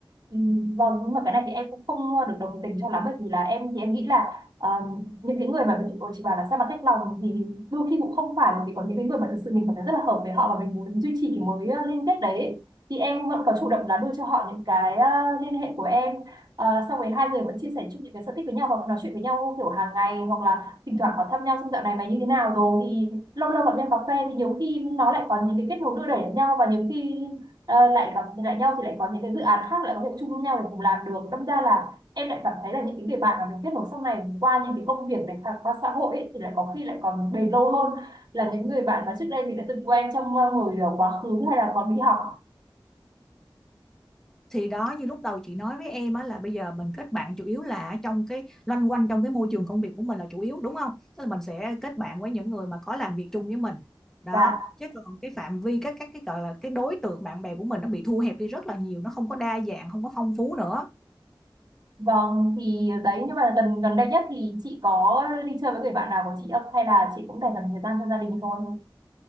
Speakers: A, on the right; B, in the centre.
A: Ừ, Vâng, nhưng mà cái này thì em cũng không ờ, được đồng tình cho lắm bởi vì là em thì em nghĩ là ờ, những cái người mà mình chị bảo là sao mà cách lòng thì đôi khi cũng không phải bởi vì có những cái người mà thực sự mình cảm thấy rất là hợp với họ và mình muốn duy trì cái mối ờ, liên kết đấy thì em vẫn có chủ động là đưa cho họ những cái ờ, liên hệ của em Ờ, xong rồi hai người vẫn chia sẻ chung những cái sở thích với nhau hoặc nói chuyện với nhau kiểu hàng ngày hoặc là thỉnh thoảng có thăm nhau xong dạo này mày như thế nào rồi thì lâu lâu gặp nhau cà phê thì nhiều khi nó lại có những cái kết nối đưa đẩy lẫn nhau và nhiều khi ờ, lại gặp lại nhau thì lại có những cái dự án khác lại có thể chung với nhau để cùng làm được đâm ra là em lại cảm thấy là những cái người bạn mà mình kết nối sau này qua những cái công việc này hoặc qua xã hội ấy, thì lại có khi lại còn bền lâu hơn là những người bạn mà trước đây mình đã từng quen trong ờ, hồi ờ, quá khứ hay là còn đi học
B: thì đó như lúc đầu chị nói với em á là bây giờ mình kết bạn chủ yếu là trong cái loanh quanh trong cái môi trường công việc của mình là chủ yếu đúng không tức là mình sẽ kết bạn với những người mà có làm việc chung với mình đó
A: dạ
B: chứ còn cái phạm vi các các cái gọi là cái đối tượng bạn bè của mình nó bị thu hẹp đi rất là nhiều nó không có đa dạng không có phong phú nữa
A: vâng thì đấy nhưng mà gần gần đây nhất thì chị có đi chơi với người bạn nào của chị không hay là chị cũng dành toàn thời gian cho gia đình thôi